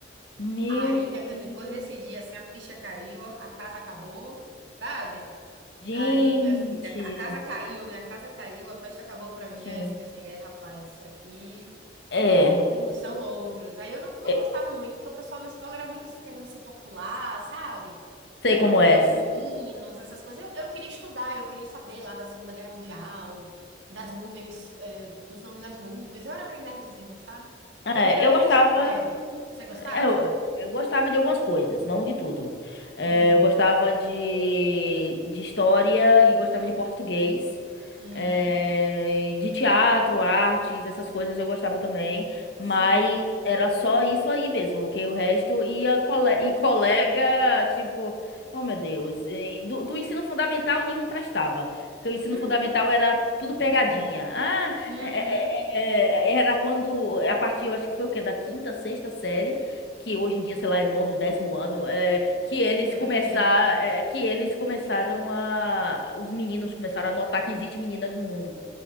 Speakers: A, on the left (about 70°); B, on the right (about 85°).
A: Meu
B: Aí, minha
A: Deus.
B: filha, depois desse dia, assim, a ficha caiu, a casa acabou, sabe?
A: Gente,
B: Aí, minha filha, a casa caiu, né? A casa caiu, a festa acabou pra mim.
A: sim.
B: Aí eu fiquei assim, é, rapaz, aqui
A: É,
B: Sim, são outros. Aí eu não, não
A: é,
B: gostava muito, porque o pessoal na escola era muito assim, querendo ser popular, sabe?
A: sei
B: Querendo
A: como
B: pegar
A: é.
B: os meninos, essas coisas. Eu, eu queria estudar, eu queria saber lá da Segunda Guerra Mundial, das nuvens, eh, dos nomes das nuvens. Eu era meio nerdzinha, sabe?
A: É,
B: Eu melhorei
A: eu gostava.
B: no ensino médio. Você gostava?
A: é, Eu, eu gostava de algumas coisas, não de tudo. É,
B: Hum,
A: eu gostava de, de história e gostava de português.
B: hum,
A: É, de teatro, artes, essas coisas eu gostava também. Mas
B: sim.
A: era só isso aí mesmo, porque o resto ia cole- e colega, tipo, oh meu Deus, eh, do, do ensino fundamental nenhum prestava. Porque o ensino
B: Hum,
A: fundamental era tudo pegadinha. Ah,
B: uhum.
A: é, é, é, é, era quando, a partir, eu acho que foi o quê? Da quinta, sexta série, que hoje em dia, sei lá, é nono, décimo ano, é, que eles
B: Eu
A: começar,
B: me perco nisso.
A: é, que eles começaram a, os meninos começaram a notar que existe meninas no mundo.